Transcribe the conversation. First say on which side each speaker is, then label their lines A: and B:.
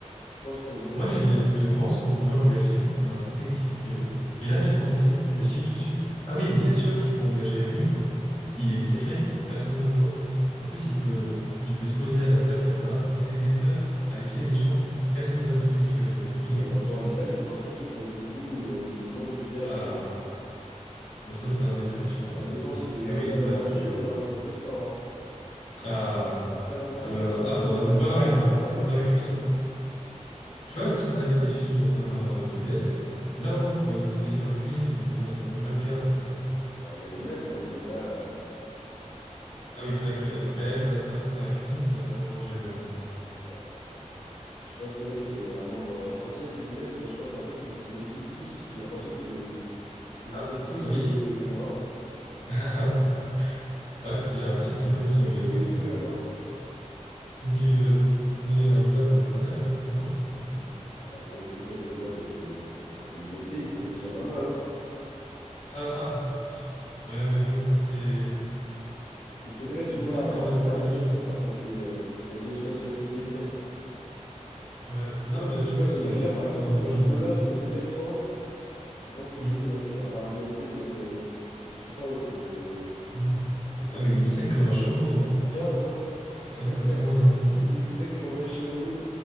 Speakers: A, on the left; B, on the left.
A: Tu penses qu'on fait
B: moi,
A: comment?
B: j'ai, je pense qu'on pourrait engager un détective privé. Et là, j'ai
A: Ah, détective
B: pensé,
A: privé.
B: je me suis dit tout de suite, ah oui, mais c'est sûr qu'il faut engager Rémi, quoi. Il est discret,
A: Ok.
B: personne ne voit. En plus, il peut, il peut se poser à la salle comme ça, rester des heures à épier les gens, et personne ne va se douter qu'il
A: Ouais,
B: écoute,
A: enfin bon,
B: tu vois.
A: à la salle, je pense pas qu'il croise beaucoup euh, de membres du BR
B: Ah,
A: actuel. hein.
B: bon, ça, c'est un détail, je pense.
A: Ça dépend s'il
B: Mais
A: est dans
B: oui,
A: la salle
B: t'as...
A: à manger ou alors la salle de sport. hein.
B: Ah,
A: La salle à manger,
B: ah, malo-
A: tu croiseras
B: ah,
A: sûrement
B: bah, on
A: Gaspard
B: le voit dans les
A: et
B: deux,
A: Raphaël.
B: hein.
A: hein.
B: Dans la cuisine. Tu vois, s'ils avaient des filles dans leur euh, BDS, là, au moins, ils pourraient les épier dans la cuisine. Mais bon, là, c'est même pas le cas. Donc... euh.
A: Ouais, il y a Léna quand même. Léna, euh,
B: Ah oui, c'est vrai qu'elle est- mais elle passe pas son temps à la cuisine, mais dans la salle à manger, ouais.
A: ouais. Et Tu penses qu'elle, c'est un membre essentiel du BDS? Moi, je pense qu'un peu c'est ce qui les soude tous. J'ai l'impression qu'ils ils
B: Ah,
A: essaient tous
B: ah oui.
A: de... Hein?
B: <laughs> Ouais, j'ai un peu cette impression également.
A: Qu'ils veulent. hein.
B: Donc, ils veulent... Mais elle est un peu là pour les quotas, là, non? En plus.
A: Ouais, pour les quotas de quoi de... Parce que l'IMC, ils étaient déjà pas mal. hein.
B: <laughs> Ah, ah. Ouais, mais bon, ça, c'est...
A: Il faudrait,
B: C'est
A: tu vois,
B: pas ce genre de quotas,
A: un, un Étienne
B: je pense.
A: pour faire baisser... euh, l'IMC, je sais pas si tu vois qui c'est
B: Mm.
A: Étienne.
B: Ouais. Non,
A: Mais lui,
B: mais ouais, je
A: tu
B: crois
A: vois,
B: que
A: ce
B: c'est
A: mec-là,
B: un...
A: par exemple,
B: un beau
A: un
B: jeune
A: colosse
B: homme.
A: de deux mètres trente je pense que
B: Mm.
A: lui doit être, avoir un IMC de, je sais pas, autour de
B: Ouais.
A: peut-être
B: Ah, mais
A: de
B: il est sec comme un chameau, hein.
A: quinze hein. <laughs>
B: Après trois mois dans le désert.
A: Il est sec comme un chameau,